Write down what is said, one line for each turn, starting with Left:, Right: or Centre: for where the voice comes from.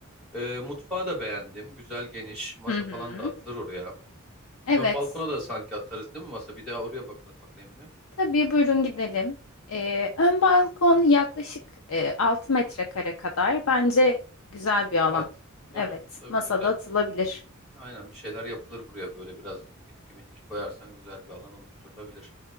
Centre: E, mutfağı da beğendim. Güzel geniş. Masa
Left: Hı hı.
Centre: falan da atılır oraya.
Left: Evet.
Centre: Ön balkona da sanki atarız değil mi masa? Bir daha oraya bak bakayım bir.
Left: Tabii buyurun gidelim. Ee, ön balkon yaklaşık e, 6 metrekare kadar. Bence güzel bir alan.
Centre: Rahat. Tabii,
Left: Evet,
Centre: tabii
Left: masada
Centre: güzel.
Left: atılabilir.
Centre: Aynen bir şeyler yapılır buraya böyle biraz bitki mitki koyarsan güzel bir alan oluşturulabilir.